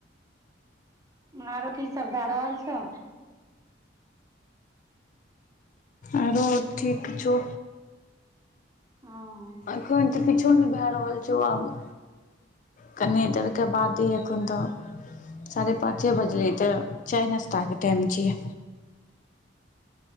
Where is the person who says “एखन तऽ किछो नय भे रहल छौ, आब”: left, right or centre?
Left